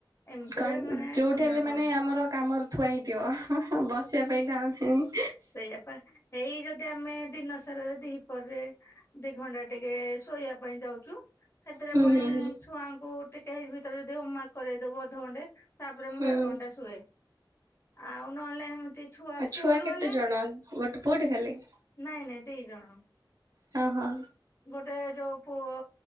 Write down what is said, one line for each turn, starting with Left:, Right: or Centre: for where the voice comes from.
Left: ଏମିତିରେ
Right: କଣ,
Left: ମାନେ
Right: ଯୋଉଠି
Left: ସମୟ
Right: ହେଲେ
Left: ପଳଉଛି
Right: ମାନେ ଆମର କାମର ଥୁଆ ହେଇଥିବ? ବସିବା ପାଇଁ କାହ କେଁ
Left: ସେଇଆପା। ହେଇ ଯଦି ଆମେ ଦିନସାରାରେ ଦିହି ପରେ ଦି ଘଣ୍ଟା ଟିକେ ଶୋଇବା ପାଇଁ ଯାଉଛୁ। ହେଥିରେ
Right: ହୁଁ
Left: ପୁଣି
Right: ହୁଁ ହୁଁ
Left: ଛୁଆଙ୍କୁ ଟିକେ ହେଇ ଭିତରେ ଯଦି, ହୋମୱାର୍କ କରେଇଦବୁ ଅଧଘଣ୍ଟେ। ତା'ପରେ ମୁଁ
Right: ହୁଁ
Left: ଦେଢ ଘଣ୍ଟା ଶୁଏ। ଆଉ ନହେଲେ ହେମିତି ଛୁଆ
Right: ଆଉ
Left: ସ୍କୁଲ
Right: ଛୁଆ କେତେ
Left: ଗଲେ
Right: ଜଣ? ଗୋଟେ ପୁଅଟେ ଖାଲି।
Left: ନାଇଁ ନାଇଁ ଦି ଜଣ।
Right: ହ, ହଁ।
Left: ଗୋଟେ ଯୋଉ ପୁଅ-ଅ